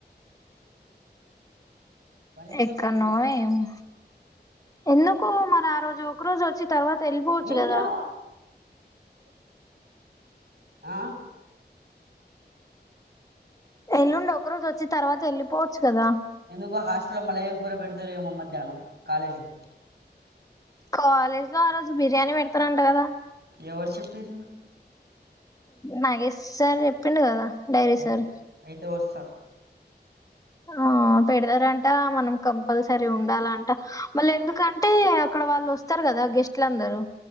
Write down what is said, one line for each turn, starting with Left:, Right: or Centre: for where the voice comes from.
Right: బండి మీద
Left: ఎక్కనో
Right: పోతున్నాం
Left: ఏమో ఎందుకు మరి ఆ రోజ్ రోజు వచ్చి తర్వాత వెళ్ళిపోవచ్చు
Right: ఏంద్రా
Left: కదా
Right: ఆ
Left: ఎల్లుండి ఒక రోజు వచ్చి తర్వాత వెళ్ళిపోవచ్చు కదా
Right: ఎందుకో హాస్టల్లో లో మళ్ళ ఏం కూర పెడుతారేమో మధ్యాహ్నం కాలేజీ లో
Left: కాలేజ్ లో ఆ రోజు బిర్యానీ పెడుతరాంటా కదా
Right: ఎవరు చెప్పారు
Left: నాగేష్ సార్ చెప్పిండు కదా డైరీ
Right: అయితే
Left: సార్
Right: అయితే వస్ త్త
Left: ఆ పెడతారంట మనం కంపల్సరీ ఉండాలంట మళ్ళీ ఎందుకంటే అక్కడ వాళ్ళు వస్తారు కదా గెస్ట్లు అందరూ